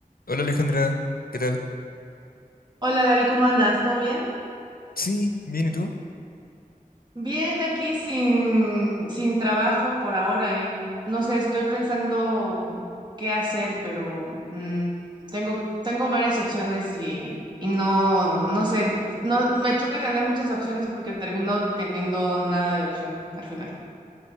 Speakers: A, on the left; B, on the right.
A: Hola Alejandra, ¿qué tal?
B: Hola Gaby, ¿cómo andas? ¿Todo bien?
A: Sí, bien, ¿y tú?
B: Bien, aquí sin, sin trabajo por ahora y en- no sé, estoy pensando qué hacer, pero mm, tengo, tengo varias opciones y, y no, no sé, no, me choca tener muchas opciones porque termino teniendo nada de opción al final.